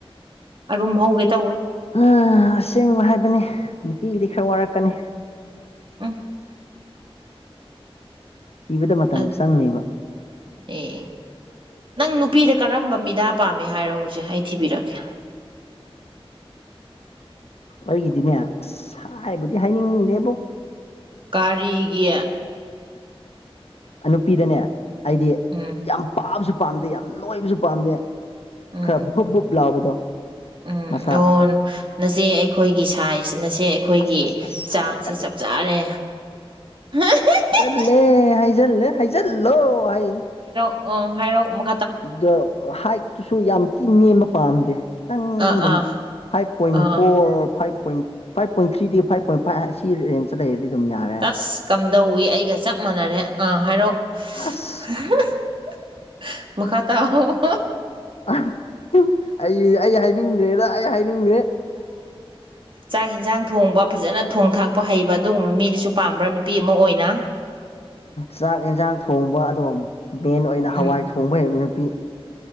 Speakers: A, on the right (about 55°); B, on the left (about 80°).
A: ꯑꯔꯨꯝ ꯍꯧꯒꯦ ꯇꯧꯋꯦ
B: ꯍꯍ ꯑꯁꯦꯡꯕ ꯍꯥꯏꯕꯅꯤ ꯅꯨꯄꯤꯒꯤꯗꯤ ꯈꯔ ꯋꯥꯔꯛꯀꯅꯤ
A: ꯎꯝ
B: ꯊꯤꯕꯗ ꯃꯇꯝ
A: ꯑꯗ
B: ꯆꯪꯅꯤꯕ
A: ꯑꯦ ꯅꯪ ꯅꯨꯄꯤꯗ ꯀꯔꯝꯕ ꯃꯤꯗꯥ ꯄꯥꯝꯃꯦ ꯍꯥꯏꯔꯣ ꯍꯨꯖꯤꯛ ꯑꯩ ꯊꯤꯕꯤꯔꯛꯀꯦ
B: ꯑꯩꯒꯤꯗꯤꯅꯦ ꯑꯁ ꯍꯥꯏꯕꯨꯗꯤ ꯍꯥꯏꯅꯤꯡꯗꯦꯕꯨ
A: ꯀꯥꯔꯤꯒꯤ
B: ꯑꯅꯨꯄꯤꯗꯅꯦ ꯑꯩꯗꯤ
A: ꯎꯝ
B: ꯌꯥꯝ ꯄꯥꯕꯁꯨ ꯄꯥꯝꯗꯦ ꯌꯥꯝ ꯅꯣꯏꯕꯁꯨ ꯄꯥꯝꯗꯦ
A: ꯎꯝ
B: ꯈꯔ ꯕꯨꯨꯞ ꯕꯨꯨꯞ ꯂꯥꯎꯕꯗꯣ
A: ꯎꯝ
B: ꯃꯁꯥ
A: ꯑꯣ ꯅꯆꯦ ꯑꯩꯈꯣꯏꯒꯤ ꯁꯥꯏꯖ ꯅꯆꯦ ꯑꯩꯈꯣꯏꯒꯤ
B: ꯑꯁ ꯑꯁ ꯑꯁ
A: ꯆꯥꯡꯁꯦ
B: ꯍꯥꯏꯖꯜ
A: ꯆꯞ ꯆꯥꯔꯦ ꯍ ꯍꯤ ꯍꯤ
B: ꯂꯦ ꯍꯥꯏꯖꯜꯂꯦ ꯍꯥꯏꯖꯜꯂꯣ ꯍꯥꯏꯖꯤꯅꯤ
A: ꯑꯣ ꯍꯥꯏꯔꯛꯑꯣ ꯃꯛ
B: ꯏꯗꯣ ꯍꯥꯏꯠ ꯇꯨꯁꯨ ꯌꯥꯝ ꯇꯤ ꯅꯦꯝꯕ ꯄꯥꯝꯗꯦ ꯈꯤꯇꯪ
A: ꯑꯥ
B: ꯑꯗꯨꯝ
A: ꯑꯥ
B: ꯐꯥꯏꯚ ꯄꯣꯏꯟ
A: ꯑꯥ
B: four five point five point ꯊ꯭ꯔꯤꯗꯒꯤ ꯐꯥꯏꯚ ꯄꯣꯏꯟ ꯐꯥꯏꯚ ꯑꯁꯤ ꯔꯦꯟꯖꯇ ꯂꯩꯔꯗꯤ ꯑꯗꯨꯝ ꯌꯥꯔꯦ
A: ꯁꯁ ꯀꯝꯗꯧꯋꯤ ꯑꯩꯒ ꯆꯞ ꯃꯥꯟꯅꯔꯦ ꯑꯥ ꯍꯥꯏꯔꯛꯑꯣ ꯁꯁ
B: ꯑꯁ
A: ꯍ ꯍ ꯍ ꯍꯍ ꯃꯈꯥ ꯇꯥꯎꯋꯣ ꯑꯣ ꯍ
B: ꯑꯍ ꯍ ꯑꯩ ꯑꯩ ꯍꯥꯏꯅꯤꯡꯗ꯭꯭ꯔꯦꯗ ꯑꯩ ꯍꯥꯏꯅꯤꯡꯗ꯭ꯔꯦ
A: ꯆꯥꯛ ꯍꯤꯟꯖꯥꯡ ꯊꯣꯡꯕ ꯐꯖꯅ ꯊꯣꯡ ꯊꯥꯛꯄ ꯍꯩꯕ ꯑꯗꯨꯒꯨꯝꯕ ꯃꯤꯗꯨꯁꯨ ꯄꯥꯝꯕ꯭ꯔꯥ ꯅꯨꯄꯤ ꯑꯃ ꯑꯣꯏꯅ
B: ꯆꯥꯛ ꯌꯦꯟꯖꯥꯡ ꯊꯣꯡꯕ ꯑꯗꯣꯝ ꯃꯦꯟ ꯑꯣꯏꯅ ꯍꯋꯥꯏ
A: ꯎꯝ
B: ꯊꯣꯡꯕ ꯍꯩꯕ ꯅꯨꯄꯤ